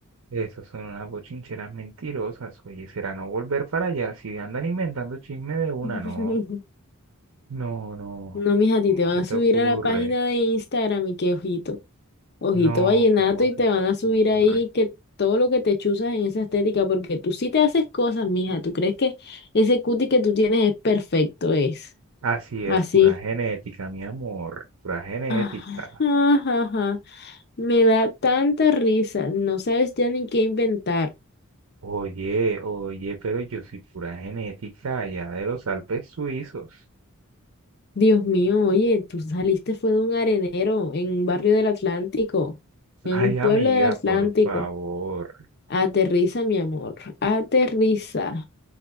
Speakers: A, on the right; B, on the left.
A: Esos son unas bochincheras mentirosas. Oye, será no volver para allá si andan inventando chisme de una,
B: <laughs>
A: no. No, no.
B: No, mija, a ti
A: ¿Cómo
B: te van
A: se
B: a
A: te
B: subir
A: ocurre?
B: a la página de Instagram y que ojito, ojito
A: No,
B: vallenato
A: ¿cómo
B: y te
A: se
B: van
A: te ocurre?
B: a subir ahí que todo lo que te chuzas en esa estética porque tú sí te haces cosas, mija. ¿Tú crees que ese cuti que tú tienes es perfecto? Es
A: Así
B: así.
A: es, pura genética, mi amor, pura genética.
B: Ah, ajá, ajá. Me da tanta risa, no sabes ya ni qué inventar.
A: Oye, oye, pero yo soy pura genética allá de los Alpes suizos.
B: Dios mío, oye, tú saliste fue de un arenero en un barrio del Atlántico, en
A: Ay,
B: un pueblo
A: amiga,
B: del Atlántico.
A: por favor.
B: Aterriza, mi amor, aterriza.